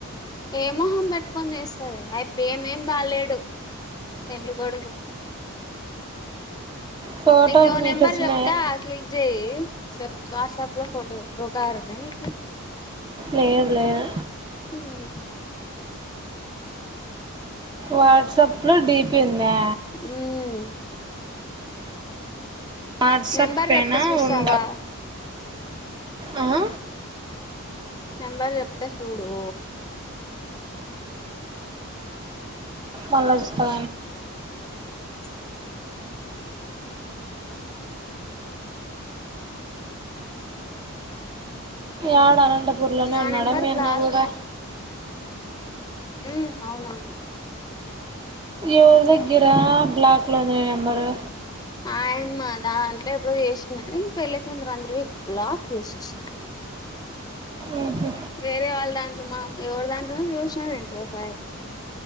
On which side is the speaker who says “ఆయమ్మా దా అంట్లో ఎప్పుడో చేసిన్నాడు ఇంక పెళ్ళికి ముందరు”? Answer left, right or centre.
Left